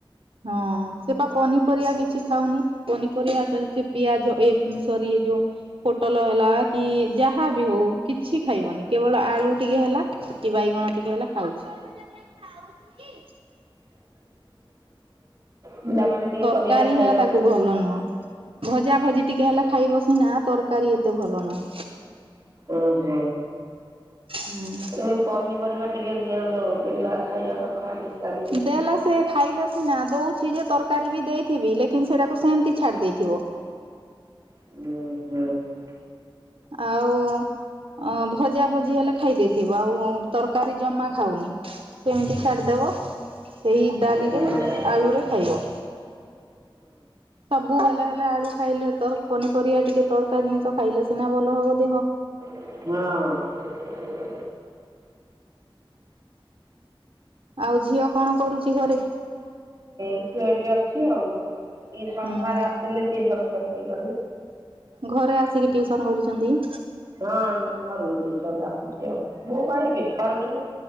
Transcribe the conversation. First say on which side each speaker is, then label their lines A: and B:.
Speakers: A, on the right; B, on the right.
A: ହଁ ସେ ପା ପନିପରିବା କିଛି ଖାଉନି ପନିପରିବା ଆସ ପିଆଜ ଏ ସରି ଯୋଉ ପୋଟଲ ହେଲା କି ଯାହା ବି ହଉ କିଛି ଖାଇବନି କେବଳ ଆଳୁ ଟିକେ ହେଲା କି ବାଇଗଣ ଟିକେ ହେଲା ଖାଉଛି
B: ପିଲାମାନେ ଟିକେ
A: ତରକାରୀ
B: ପରଡିଆ ଖାଇବାକୁ
A: ହେଲା ତାକୁ ଭଲ ନୁହଁ। ଭଜା ଭଜି ଟିକେ ହେଲେ ଖାଇବ ସିନା ତରକାରୀ ଏତେ ଭଲ ନହଁ
B: ଉ ହ
A: ହୁଁ
B: ସେ ପନିପରିବା ଟିକେ ଦିଅନ୍ତୁ ପିଲା ଖାଇବା କଥା ଭିଟାମିନ୍
A: ଦେଲା ସେ ଖାଇଲା ସେ ନା ଦଉଛି ଯେ ତରକାରୀ ବି ଦେଇଥିବି ଲେକନ୍ ସେଟାକୁ ସେମିତି ଛାଡି ଦେଇଥିବ
B: ଉଁ ହୁଁ
A: ଆଉ ଭଜା ଭଜି ହେଲେ ଖାଇ ଦେଇେଥିବ ଆଉ ତରକାରୀ ଜମା ଖାଉନି ସେମିତି ଛାଡ଼ିଦେବ ସେଇ ଡାଲିରେ
B: ହଁ
A: ଆଳୁରେ ଖାଇବ ସବୁ ବେଳେ ହେଲା ଆଳୁ ଖାଇଲେ ତ ପନିପରିବା ଟିକେ ତରକା ଜିନିଷ ଖାଇଲେ ସିନା ଭଲ ହବ ଦେହ ।
B: ହଁ।
A: ଆଉ ଝିଅ କଣ କରୁଛି ଘରେ?
B: ସିଏ ଏଇଠି ଅଛି ଆଉ ଏ ସଂସାର
A: ହୁଁ
B: ଆସିଥିଲେ କି <unintelligible> ଗଲେ
A: ଘରେ ଆସିକି ଟ୍ୟୁସନ କରୁଛନ୍ତି?
B: ହଁ ଘରୁ ଗୋଟେ ଛୁଆ ଡାକୁଛି ଆଉ ବୋଉ ଭାଇ ବେପାର ଯଗୁ